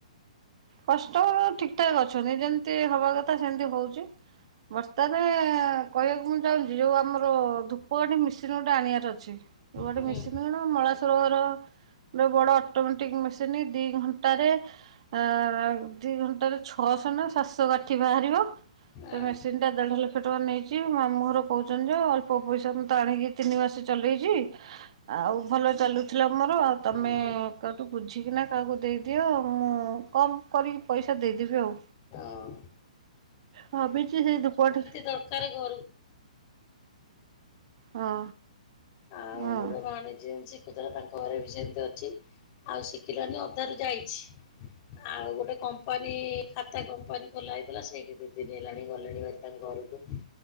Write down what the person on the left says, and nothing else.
ହୁଁ,
ଆଁ,
ହୁଁ,
ହଁ।
ଦରକାରେ ଘରକୁ
ଆଉ
ମୋର ଭାଣିଜୀ ଆଣିଚି ସେ ତାର ତାଙ୍କ ଘରେ ବି ସେମିତି ଅଛି, ଆଉ ଶିକିଲାନି ଅଧାରୁ ଯାଇଚି। ଆଉ ଗୋଟେ କମ୍ପାନୀ ଖାତା କମ୍ପାନୀ ଖୋଲା ହେଇଥିଲା, ସେ ଏଠି ଦି ଦିନ ହେଲାଣି ଗଲେଣି ଭାରି ତାଙ୍କ ଘରକୁ।